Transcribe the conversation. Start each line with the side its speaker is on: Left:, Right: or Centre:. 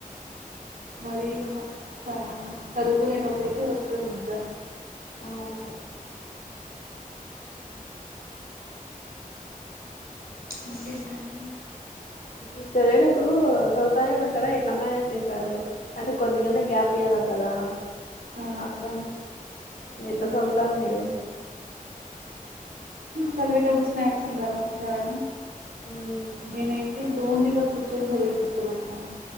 Right: మరీ ఇంకొచ్చం చదువుకునేటప్పుడైతే వస్తుంది నిద్ర
Left: అవును.
Right: ఇంకేంటండీ
Left: మీర్ చదివేటప్పుడూ సదువుతానే ఉంటార ఎట్లా మ్యానేజ్ చేస్తారు అంటే కొద్దిగన్నా గ్యాప్ ఇయ్యాల కదా
Right: ఆ
Left: అట్లా ఎట్లా సదువుతార్ మీరూ
Right: కలివేటప్పుడు మ్యాక్స్ ఉండరా ముందరా
Left: మ్మ్.
Right: మేమైతే డోన్ దిగ వచ్చ జర పుస్త పెడతాను.